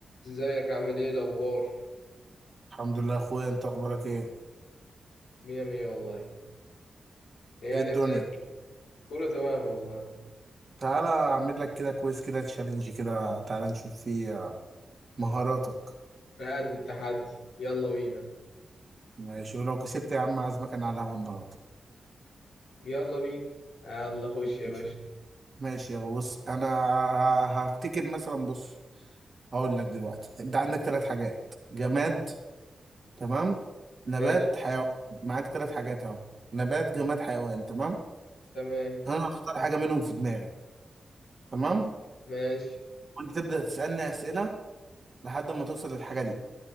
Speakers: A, on the left (about 90°); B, on the right (about 25°).
A: ازيك عامل ايه الاخبار
B: الحمد لله يا اخويا انت اخبارك ايه
A: مية مية والله ايه
B: ايه
A: هنبدأ
B: الدنيا
A: كله تمام والله
B: تعالى اعمل لك كده كويس كده تشالنج كده تعالى نشوف فيه آه، مهاراتك
A: قد التحدي يلا بينا
B: ماشي ولو كسبت يا عم عازمك انا على القهوه النهارده
A: يلا بينا يلا خش يا
B: ماشي
A: باشا
B: ماشي. يابا بص انا ه- هفتكر مثلا بص هقول لك دلوقتي انت عندك ثلاث حاجات جماد تمام نبات
A: ماشي
B: حيوان معاك ثلاث حاجات اهو نبات جماد حيوان تمام
A: تمام
B: انا هختار حاجه منهم في دماغي تمام
A: ماشي
B: وانت تبدا تسالني اسئله لحد ما توصل للحاجه دي